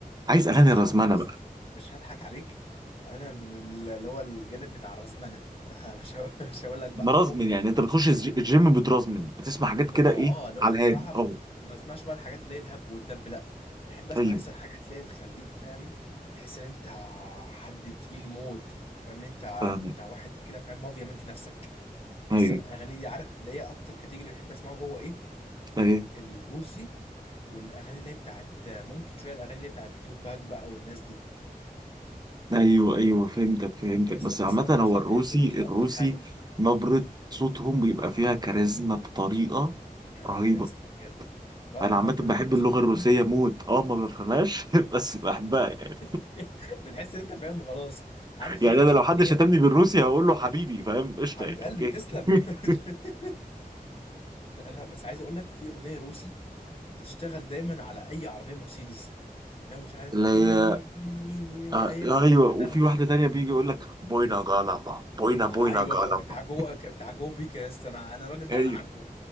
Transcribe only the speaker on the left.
بصراحه
بص
مش هضحك عليك انا من ال- اللي هو الجانب بتاع الرزمنه <laughs> مش هقول- مش هقول لك بقى
فونكو
اللي
هو
اه اللي
هو بصراحة
ما
بس- ما بسمعش بقى الحاجات اللي هي الهب والدب لا بحب اسمع
لسه الحاجات اللي هي تخليك فاهم تحس ان انت حد تقيل موت فاهم ان انت انت
واحد كده فاهم مافيا مان في نفسك
لسه الاغاني دي عارف اللي هي اكتر كاتيجوري بحب اسمعه جوه ايه
الروسي والاغاني اللي هي بتاعت ممكن شوية الاغاني اللي هي بتاعت توباك بقى والناس دي
لسه
خاصة
انا
بصراحة
بحب الروسي
اكتر حاجة
مم.
يا
لهوي يا اسطى بجد را-
نبرة
الروسيين
<laughs> بتحس ان انت فاهم خلاص عارف
في حته
اغنيه
حبيب
قلبي
تسلم
<laughs> لا لا بس عايز اقول لك في اغنيه روسي بتشتغل دايما على اي عربيه مرسيدس لو مش عارف
اني مين مين مين-
هي
بتبقى
نغمه
كده
ايوه
بتاع جوه بتاع جوه بيكا يا اسطى انا انا الراجل ده
انا عارفه